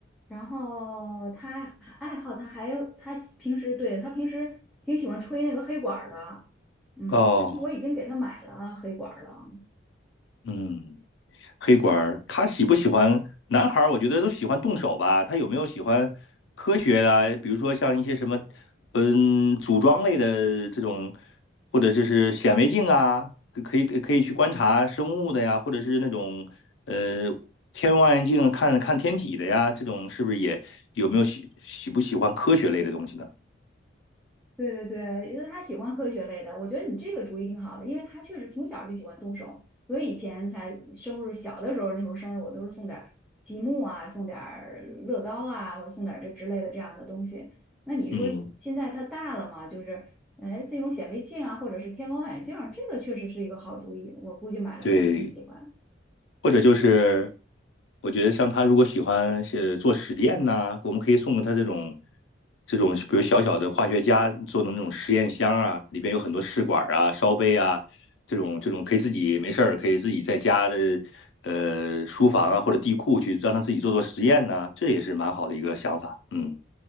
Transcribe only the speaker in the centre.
然后他爱好，他还有他平时对他平时挺喜欢吹那个黑管儿的，嗯，
但是我已经给他买了黑管儿了。
对对对，因为他喜欢科学类的，我觉得你这个主意挺好的，因为他确实从小就喜欢动手，所以以前才生日小的时候，那时候生日我都是送点儿积木啊，送点儿乐高啊，或者送点儿这之类的这样的东西。那你说现在他大了嘛，
就是哎这种显微镜啊，或者是天文望远镜儿这个确实是一个好主意，我估计买了他肯定喜欢。